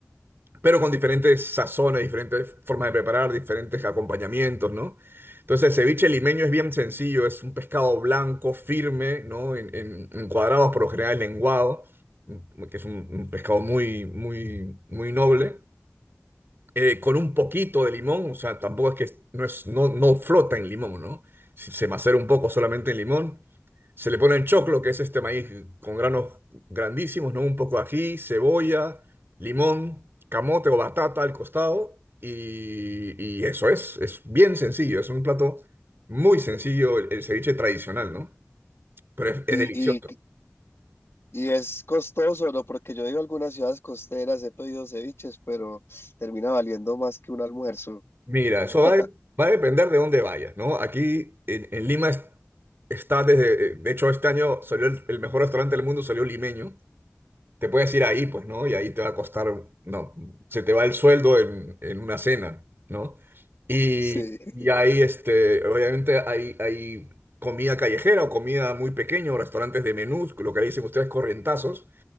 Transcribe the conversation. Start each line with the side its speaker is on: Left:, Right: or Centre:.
Right: pero con diferentes sazones, diferentes formas de preparar, diferentes acompañamientos, ¿no? Entonces, el ceviche limeño es bien sencillo, es un pescado blanco, firme, ¿no? En, en- en cuadrados, por lo general lenguado, que es un, un pescado muy, muy, muy noble, eh, con un poquito de limón, o sea, tampoco es que no, es, no, no flota en limón, ¿no? Si- Se macera un poco solamente en limón. Se le pone en choclo, que es este maíz con granos grandísimos, ¿no? Un poco de ají, cebolla, limón, camote o batata al costado. Y, y eso es, es bien sencillo, es un plato muy sencillo, el, el ceviche tradicional, ¿no? Pero es,
Left: Y,
Right: es delicioso.
Left: y, y es costoso, ¿no? Porque yo he ido a algunas ciudades costeras, he pedido ceviches, pero termina valiendo más que un almuerzo. <laughs>
Right: Mira, eso va, a de- va a depender de dónde vayas, ¿no? Aquí en, en Lima es- está desde, de hecho este año salió el, el mejor restaurante del mundo, salió limeño. te puedes ir ahí, pues, ¿no? Y ahí te va a costar, no, se te va el sueldo en, en una cena, ¿no? Y,
Left: Sí.
Right: y ahí, este, obviamente hay, hay comida callejera o comida muy pequeña o restaurantes de menús, lo que le dicen ustedes corrientazos,